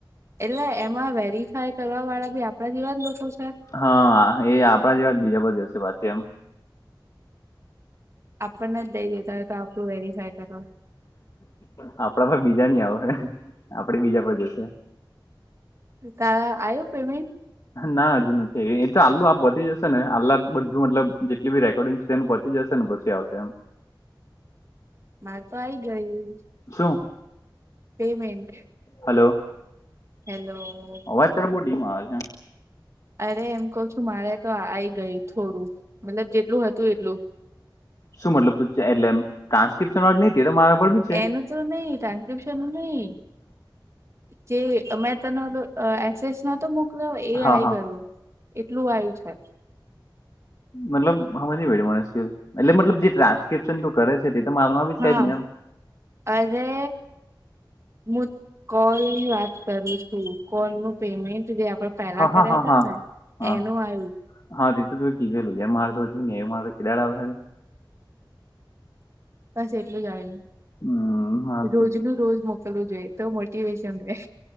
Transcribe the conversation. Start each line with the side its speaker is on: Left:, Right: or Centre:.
Right: એટલે એમાં વેરીફાય કરવા વાળા બી આપણા જેવા લોકો છે.
Left: હા એ આપડા જેવા જ બીજા પણ દિવસે પાછી એમ
Right: આપણને જ દઈ દેતા હોય તો આપણું વેરીફાય કરવા.
Left: આપણા પર બીજા નની આવ હ આપડે બીજા પર જશે
Right: તારે આવ્યો પેરમેન્ટ.
Left: ના હજુ નથી એ તો આલ્લું આપ વધી જશે ને આલ્લા બધું મતલબ જેટલી બી રેકોર્ડિંગ છે. તેને પચી જશે ને પછી આવશે એમ
Right: મારે તો આઈ ગયું.
Left: શું.
Right: પેમેન્ટ.
Left: Hello
Right: hello.
Left: અવાજ ત્યારે બહટીમાં આવે છે.
Right: અરે એમ કહ છું મારે તો આઈ ગઈ થોડું મતલબ જેટલું હતું એટલું
Left: શું મતલબ ત એટલે કન્સ્કપ્શન વાર નહ તો મારા પર ભી છે.
Right: એનું તો નહી તણ વિશન નઈ. જે મેં તેનો એસેસ નતો એ
Left: હા
Right: આવી
Left: હા
Right: ગયું એટલું આવયુ છે
Left: મતલબ હમજ ની પયડી મને એટલે મતલબ જે ટ્રાન્સક્રિપ્શન તું કરે છે તે તો મારમાં બી
Right: હા
Left: છે જ ને એમ
Right: અરે મુું કોલ ની વાત કરું છું કોલ નું પેમેન્ટ જે આપણે પેલા
Left: હા
Right: કર્યા
Left: હા હા
Right: ત
Left: હા
Right: ને
Left: હા
Right: એનું આવ્યું
Left: હા તે તો તું કીધેું એ માર તો ને એ માર તો કેાડ આવશે ને
Right: બસ એટલું જ આવ્યું
Left: હમ માર
Right: રોજ
Left: તો
Right: નુ રોજ મોકલવું જોઈએ એ તો મોટિવેશન રે